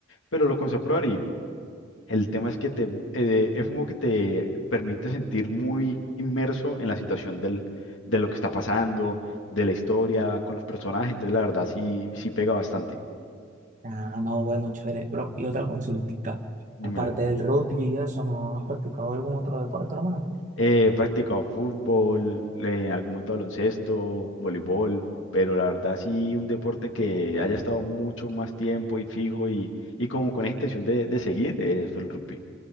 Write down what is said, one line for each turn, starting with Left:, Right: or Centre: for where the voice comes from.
Left: pero lo comencé a probar y el tema es que te, eh, es un juego que te permite sentir muy inmerso en la situación del, de lo que está pasando, de la historia, con los personajes, entonces la verdad sí, sí pega bastante.
Right: Ah, no, bueno, chévere, bro. Y otra consultita.
Left: Dímelo.
Right: Aparte del rugby, y eso, ¿no has practicado algún otro deporte, hermano?
Left: He practicado fútbol, eh, en algún momento baloncesto, voleibol, pero la verdad sí un deporte que haya estado mucho más tiempo y fijo y, y como con esa intención de, de seguir, eh, fue el rugby.